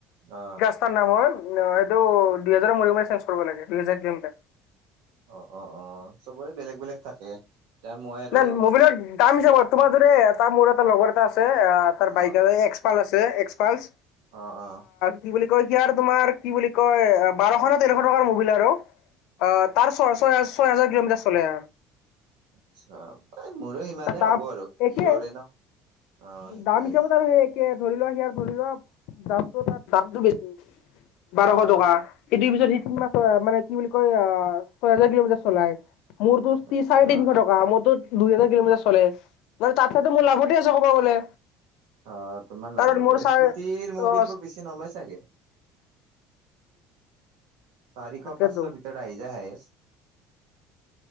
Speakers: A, on the right; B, on the left.
A: অ।
B: টা নাম হয়। অ এইটো দুই হেজাৰ মূৰে মূৰে চেঞ্জ কৰিব লাগে। দুইহেজাৰ <unintelligible>
A: অ, অ, অ। চবৰে বেলেগ বেলেগ থাকে। এতিয়া মই আৰু
B: <unintelligible> মুবিলৰ
A: কোন
B: দাম হৈছে বৰ্তমান যদি টা মোৰ এটা লগৰ এটা আছে। আ তাৰ
A: অ
B: বাইকৰে এক্স পাল আছে এক্স পালছ।
A: অ, অ।
B: কি বুলি কয়? সিয়াৰ তোমাৰ কি বুলি কয় বাৰশ না তেৰশ টকাৰ মূ্বিল আৰু। অ তাৰ ছয় ছয় ছয় হাজাৰ কিলোমিটাৰ চলে।
A: আশ্চা। এ মোৰো ইমানেই
B: তাৰ দাম
A: হ'ব আৰু
B: একে
A: হিৰৰে ন। অ সেইটোৱে
B: দাম হিচাপত আৰু সেই একে ধৰি লোৱা হিয়াৰ ধৰি লোৱা দামটো <unintelligible> দামটো বেছি। বাৰশ
A: অ
B: টকা। সিটি পিছত সিতি <unintelligible> মানে কি বুলি কয়? আ ছয় হাজাৰ কিলোমিটাৰ চলাই। মোৰতো <unintelligible>
A: আচ্ছা
B: চাৰে তিনিশ টকা। মোৰতো দুই হাজাৰ কিলোমিটাৰ চলে। মানে তাতো হয়টো মোৰ লাভতে আছে ক'ব গ'লে
A: অ। তোমাৰ লাভতে
B: কাৰণ মোৰ ছাৰ
A: স্কুটিৰ মবিলবো
B: অ
A: বে চি নলয় চাগে। চাৰিশ,
B: তাকেতো
A: পাঁচশ ভিত <unintelligible>